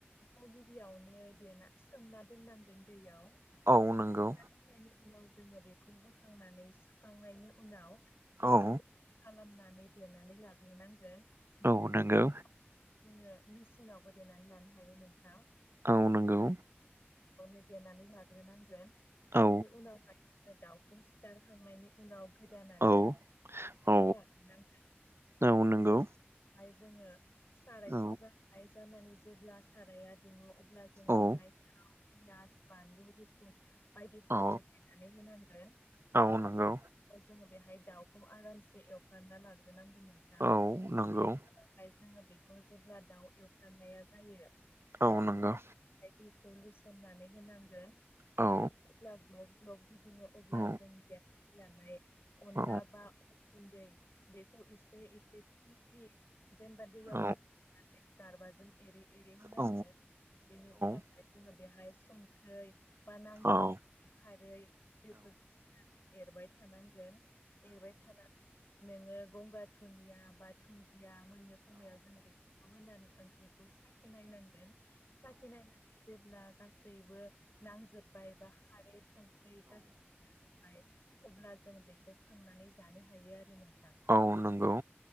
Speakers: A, on the left (about 65°); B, on the right (about 70°).
A: खौ गिबियावनो देना सोमना दोननांगोन दैयाव।
B: औ नंगौ
A: सखांनायनि उनाव जोङो बेखौ बोखांनानै सुखांनायनि उनाव बेखौ।
B: औ
A: खालामनानै देनानै लाग्रोनांगोन दिंखियाव।
B: औ नंगौ
A: जोङो मेचिनावबो देनानै लानो हायो नोंथां।
B: औ नंगौ
A: बेयावनो देनानै लाग्रोनांगोन
B: औ
A: बेनि उनावहाय जोङो दाउखौ सिथारखांनायनि। उनाव गोदानानै
B: ओ औ
A: नानै
B: औ
A: लाग्रोनांगोन।
B: औ नंगौ
A: बेहाय जोङो सारायखौ
B: औ
A: जानना जानानै जेब्ला साराया दुङो अब्ला जों
B: औ
A: बेहाय। पियास बानलु रुसुन बायदिफोरखौ
B: औ
A: देनानै होनांगोन
B: औ
A: होखांनायनि।
B: नंगौ
A: जोङो बेहाय दाउखौ आरामसे एवफ्रामना लाग्रोनांगोन नोंथां
B: औ नंगौ
A: बे ओमफ्राय जोङो बेखौ जेब्ला दाउ एवफ्रामनाया जायो।
B: औ नंगौ
A: ओमफ्राय दैखौ लुसननानै होनांगोन।
B: औ
A: दैया जेब्ला ग्लब ग्लब गिदिनो अब्ला
B: औ
A: जों गेस लानाय। अनला
B: औ
A: बा गुन्दै बेखौ एसे एसे। फ्रि फ्रि जेनेबा दैयाव
B: औ
A: होस्राबनानै गारबाजों। एरै एरै होनांगोन
B: औ
A: बेनि उनावहाय
B: औ
A: जोङो बेहाय संख्रै। बा नांगौ
B: औ
A: बेफोरनि खारै बेफोरखौ होनानै एरबाय थानांगोन। एरबाय थानानै नोङो गंगार दुन्दिया बा दुुनन्दिया मोननो। समायाव जों बेफोरखौ होनानै ओंख्रिखौ साखि नायनांगोन साखि नायनानै जेब्ला। गासैबो नांजोबबाय बा खारै संख्रि गासैबो। ओमफ्राय अब्ला जों बेखौ खांनानै जानो हायो आरो नोंथां।
B: औ नोंगौ।